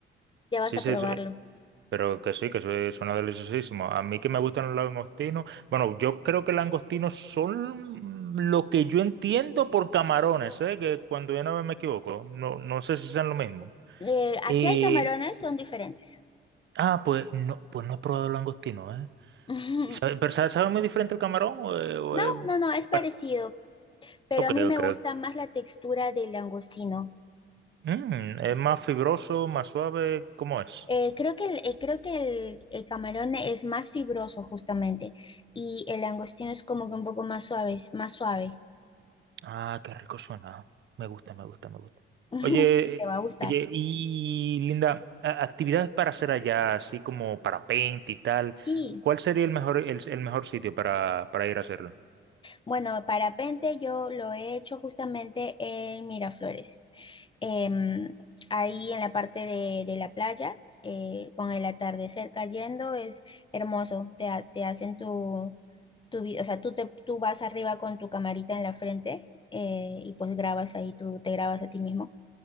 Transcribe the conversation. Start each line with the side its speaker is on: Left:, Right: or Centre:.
Left: ya vas
Right: Sí,
Left: a
Right: sí,
Left: probarlo.
Right: sí. Pero que sí, que su- suena deliciosísimo. A mí que me gustan los langostinos. Bueno, yo creo que langostinos son lo que yo entiendo por camarones, ¿eh? Que cuando yo no me equivoco, no, no sé si sean lo mismo.
Left: Eh, aquí
Right: y
Left: hay camarones, son diferentes.
Right: ah, pues no, pues no he probado langostinos, ¿eh?
Left: <laughs>
Right: ¿Y sabe- ¿Pero sabe, sabe muy diferente el camarón? ¿O, es- o
Left: No,
Right: es
Left: no, no, es parecido,
Right: bast-
Left: pero
Right: ok,
Left: a
Right: ok.
Left: mí me gusta
Right: ok.
Left: más la textura del langostino.
Right: Mm, ¿es más fibroso, más suave? ¿Cómo es?
Left: Eh, creo que el, eh, creo que el, el camarón es más fibroso justamente y el langostino es como que un poco más suave, es más suave.
Right: Ah, qué rico suena. Me gusta, me gusta, me gusta.
Left: <laughs>
Right: Oye,
Left: Te va a gustar.
Right: oye, y Linda, a- actividades para hacer allá, así como parapente y tal,
Left: Sí.
Right: ¿cuál sería el mejor, el, el mejor sitio para, para ir a hacerlo?
Left: Bueno, parapente yo lo he hecho justamente en Miraflores. Em, ahí en la parte de, de la playa, eh, con el atardecer cayendo, es hermoso. Te, ha- te hacen tu, tu, vi- o sea, tú, te, tú vas arriba con tu camarita en la frente eh, y pues grabas ahí, tú te grabas a ti mismo